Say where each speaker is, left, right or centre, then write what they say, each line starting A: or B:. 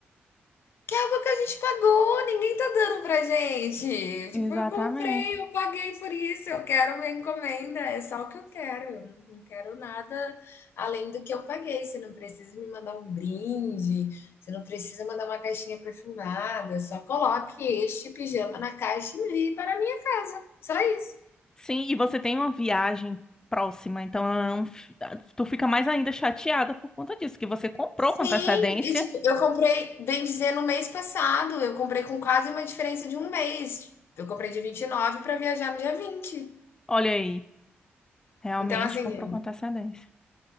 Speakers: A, on the left; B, on the left.
A: Que é algo que a gente pagou, ninguém tá dando pra gente. Tipo,
B: Exatamente.
A: eu comprei, eu paguei por isso, eu quero uma encomenda, é só o que eu quero. Eu não quero nada além do que eu paguei. Você não precisa me mandar um brinde, você não precisa mandar uma caixinha perfumada, só coloque este pijama na caixa e envie para a minha casa. Só isso.
B: Sim, e você tem uma viagem próxima, então é um f- tu fica mais ainda chateada por conta disso, que você comprou
A: Sim,
B: com antecedência.
A: e tipo, eu comprei, bem dizer, no mês passado, eu comprei com quase uma diferença de um mês. Eu comprei de 29 para viajar no dia 20.
B: Olha aí, realmente
A: Então, assim,
B: comprou com antecedência.